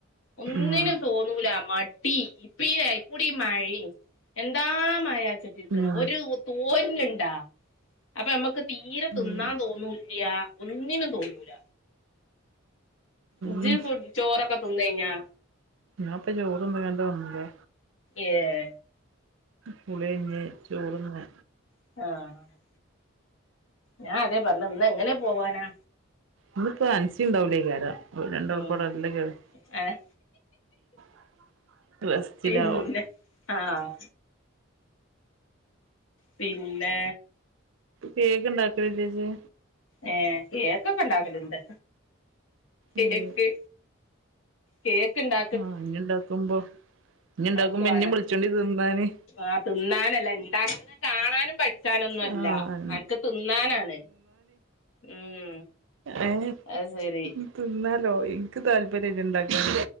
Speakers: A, on the left; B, on the right.
A: ഒന്നിനും
B: ഉം
A: തോന്നൂല മടി ഇപ്പ കൂടി മഴയും എന്താ മായച്ചീക്കണ
B: ഉം
A: ഒരു തോരനുണ്ടാ അപ്പമ്മക്ക് തീരെ തിന്നാൻ
B: ഉം
A: തോന്നൂല്ല്യ ഒന്നിനും തോന്നൂല. ഇജ്
B: ഉം
A: ഫു ചോറൊക്കെ തിന്നെഞ്ഞാ
B: ഞാപ്പ ചോർന്ന്കാണ്ട് വന്നതാ.
A: ഏഹ്.
B: കുളിയെയ്ഞ്ഞ് ചോർന്ന്.
A: ആഹ്. ഞാൻ അതെ പറഞ്ഞ ഇന്ന് എങ്ങനെ പോവാനാ.
B: ഇന്ന് പ്പൊ അൻസസിണ്ടാവുലേകാരം. ഓൽ രണ്ടാളുപ്പഉടെ
A: ഉം
B: നല്ല
A: ഏഹ്
B: <unintelligible> റസ്റ്റിലാവും.
A: പിന്നെ ആഹ്. പിന്നെ.
B: കേക്ക്ണ്ടാക്കൽലേ ജ്.
A: ഏ കേക്കൊക്കെ ഇണ്ടാക്കൽണ്ട്
B: ഏഹ്
A: കേക്ക്. കേക്ക് ഇണ്ടാ.
B: ആഹ് ഇഞ്ഞ്ണ്ടാക്കുമ്പൊ ഇഞ്ഞ്ണ്ടാക്കുമ്പോ
A: അനക്ക് വേണോ
B: ഇന്നിം വിളിച്ചോണ്ടി തിന്നാന്.
A: ആഹ് തിന്നാനല്ല ഇണ്ടാക്ക്ണെ കാണാനും പട്. ച്ചാനൊന്നും അല്ല
B: ആഹ്
A: അൻക്ക് തിന്നാനാണ് ഉം.
B: അയ്ന്
A: അത് ശരി
B: തിന്നാലോ ഇക്ക് താല്പര്യല്ല ഇണ്ടാക്കാൻ.